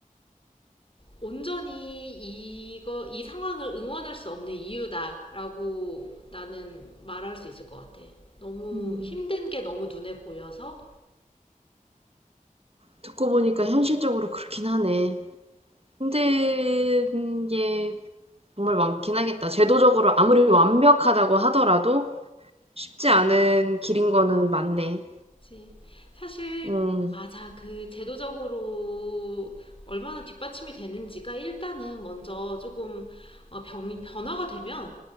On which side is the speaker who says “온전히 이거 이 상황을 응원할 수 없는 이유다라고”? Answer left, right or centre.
Left